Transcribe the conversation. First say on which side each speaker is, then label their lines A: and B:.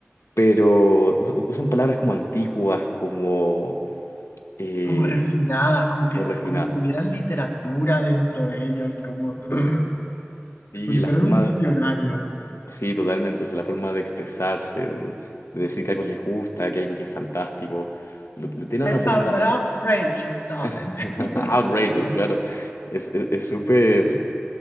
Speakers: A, on the left; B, on the left.
A: pero us- usan palabras como antiguas, como, eh,
B: como refinadas, como que
A: como
B: s-
A: refinadas.
B: como si tuvieran literatura dentro de ellos, como, <laughs> como
A: Y
B: si
A: la
B: fueran
A: forma,
B: un diccionario.
A: sí, totalmente, o sea, la forma de expresarse, de, de decir que algo les gusta, que algo que es fantástico, lo- lo tiene una
B: I found
A: forma
B: that outrageous, darling.
A: <laughs> outrageous,
B: <laughs>
A: claro. Es, es, es súper,